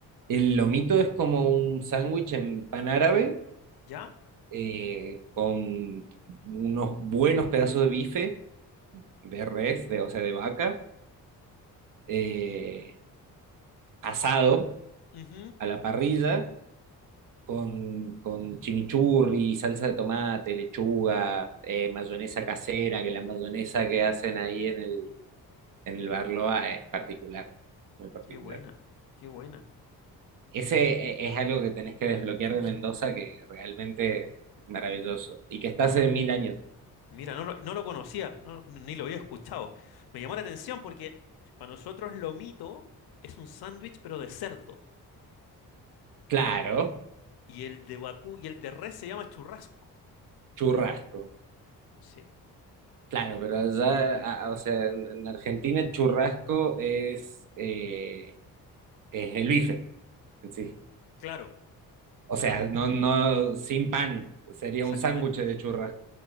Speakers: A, on the right; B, on the left.
A: El lomito es como un sándwich en pan árabe,
B: ¿Ya?
A: eh, con unos buenos pedazos de bife, de res, de, o sea, de vaca, eh, asado
B: Ujú.
A: a la parrilla con, con chimichurri, salsa de tomate, lechuga, eh, mayonesa casera, que la mayonesa que
B: Oh,
A: hacen ahí en el, en el Barloa es particular, muy particular.
B: qué buena, qué buena.
A: Ese eh, es algo que tenés que desbloquear de Mendoza, que realmente es maravilloso, y que está hace mil años.
B: Mira, no lo, no lo conocía, no- ni lo había escuchado. Me llamó la atención porque para nosotros lo mito es un sándwich pero de cerdo
A: Claro,
B: y el de vacú y el de res se llama churrasco.
A: churrasco.
B: Sí,
A: Claro,
B: eh,
A: pero allá, a- a- o sea, en, en Argentina el churrasco es, eh, es el bife en sí.
B: claro,
A: O
B: claro,
A: sea, no, no, sin pan, sería
B: exactamente,
A: un sándwich de churrasco.